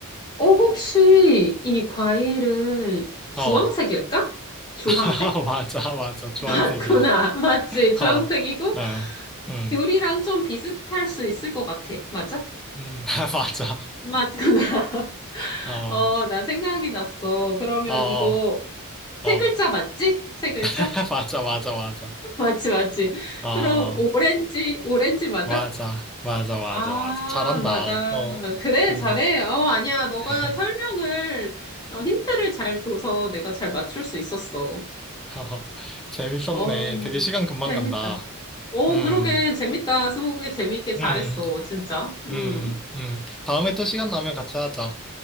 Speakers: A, on the left; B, in the centre.
A: 어, 혹시 이 과일은 주황색일까?
B: 어.
A: 주황색?
B: <laughs> 맞아, 맞아.
A: <laughs>
B: 주황색이야.
A: 맞구나. 맞지. 주황색이고,
B: 어, 어, 음,
A: 귤이랑 좀 비슷할 수 있을 것 같아. 맞아?
B: 음, <laughs> 맞아.
A: 맞구나. <laughs>
B: 어,
A: 어, 나 생각이 났어. 그러면
B: 어, 어,
A: 이거
B: 어.
A: 세 글자 맞지? 세 글자?
B: <laughs> 맞아, 맞아, 맞아.
A: <laughs> 맞지, 맞지.
B: 어, 어,
A: 그럼 오렌지, 오렌지 맞아?
B: 맞아, 맞아, 맞아,
A: 아,
B: 맞아. 잘한다.
A: 맞아.
B: 어,
A: 그래,
B: 음.
A: 잘해. 어, 아니야. 너가
B: <laughs>
A: 설명을, 어, 힌트를 잘 줘서 내가 잘 맞출 수 있었어.
B: 어, 재밌었네.
A: 어,
B: 되게 시간 금방
A: 재밌다.
B: 간다.
A: 어,
B: 음,
A: 그러게. 재밌다. 스무고개 재밌게 잘했어.
B: 음,
A: 진짜. 음.
B: 음, 음. 다음에 또 시간 나면 같이 하자.